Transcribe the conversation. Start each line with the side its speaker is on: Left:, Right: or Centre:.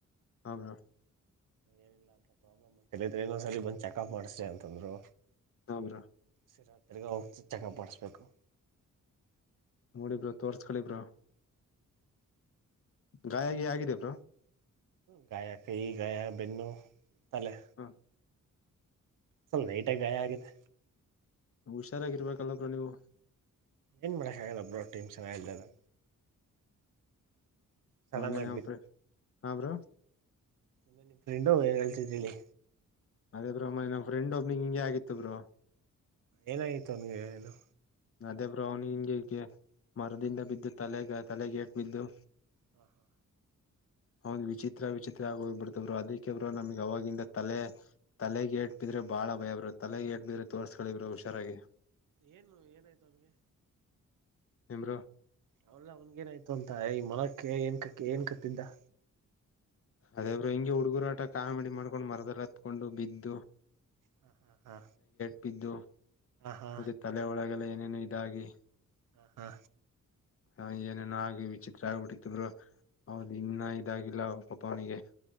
Left: ಹಾ ಬ್ರೋ
Right: ಏನಿಲ್ಲ ಅಂತ ಪ್ರಾಬ್ಲಮ್ ಅಂತ ಕಲಿದ್ರೆ ಇನೊ್ ಸರಿ ಬಂದ ಚೆಕಪ್ ಮಾಡ್ಸ್ರಿ ಅಂತಂದ್ರು
Left: ಹಮ್ರಾ
Right: ಸರಾ ತಿರ್ಗ ಹೋಗ್ತ ಚೆಕಪ್ ಮಾಡಿಸ್ಬೇಕು
Left: ನೋಡಿಬ್ರ ತೋರ್ಸ್ಕಳಬ್ರ ಗಾಯಗಿ ಆಗಿದೇಬ್ರ
Right: ಗಾಯಕ ಈ ಗಾಾ ಬೆನ್ನು ತಲ್ಲೇ
Left: ಹ
Right: ಸಲ್ ನೈಟಾಗ ಗಾಯ ಆಗಿದೆ
Left: ಹುಷಾರಾಗಿರ್ಬೇಕಲ್್ರ ನೀವು
Right: ಏನು ಮಾಡಳ ಕಲ್ಲ ಬರ ೀಮ ಸೆಲ್ಲಾ ಸಡನ್
Left: ಮನ್ನೆ
Right: ಆಗಿ
Left: ್ರ ಹಮರ
Right: ಮೆ ನಿ ಫ್ರೆಂಡು ಏನಳ್ಸಿದ ಹೇಳಿ
Left: ಅದೇ ಬ್ರ ಮನೆ ನಮ್ಮ ಫ್ರೆಂಡ್ ಒಬ್ನಿಂಗ ಹಿಂಗೆ ಆಗಿತ್ತು ಬ್ರೋ
Right: ಏನಾಯ್ತು ಅವನ್ಗೆ ಏನು
Left: ಅದೇ ಬ್ರ ಅವ್ನ ಹಿಂಗಗೆ ಈಗ ಮರದಿಂದ ಬಿದ್ದು ತಲೆಗ ತಲೆಗೇಟ್ ಬಿದ್ದು
Right: ಹಾ ಹಾ
Left: ಅವಂದ್ ವಿಚಿತ್ರ ವಿಚಿತ್ರ ಆಗ ಹೋಗ್ಬಿಡ್ತವರು ಅದಕ್ಕೆಬ್ರ ನಮ್ಗ್ ಅವವಾಗಿಂದ ತಲೆ ತಲೆಗೆೇಟ್ಬಿದ್ರೆ ಬಾಳ ಭಯ ಬ್ರ ತಲೆಗೆ ಎಏಟ್ಬಿದ್ರೆ ತೋರ್ಸ್ಕಳಿವ್ರ ಹುಷಾರಾಗಿ
Right: ಏನು ಏನಾಯ್ತು ಅವನ್ಗೆ
Left: ತೇಮ್ರ
Right: ಅವಲ್ಲಾ ಅವನ್ಗ ಏನಾಯ್ತು ಅಂತ ಈ ಮನಕ್ಕೆ ಏನ್ ಕ ಏನ್ ಕತ್ತಿದ್ದ
Left: ಅದೇಬ್್ರರು ಹಿಂಗೆ ಹುಡುಗರುಾಟ ಕಾಮಿಡಿ ಮಾಡ್ಕೊಂಡು ಮರದಲ್ಲಿ ಹತ್ಕೊಂಡು ಬಿದ್ದು
Right: ಹಾ ಹಾ ಹಾ
Left: ಪ್ಪಿದ್ದು
Right: ಹಾ
Left: ಮತ್ತೆ ತಲೆ ಒಳಗೆಲ್ಲ ಇೇನು ಇದಾಗಿ
Right: ಹಾ ಹಾ
Left: ಹ ಏನೇನುೋ ಆಿ ವಿಚಿತ್ರ ಆಗ್ಬಿಟ್ಟಿತ್ಬ್ರು ಹೌದು ಇನ್ನಯ್ತು ಇದಾಗಿಲ್ಲ ಪಪಾಣಿಗೆ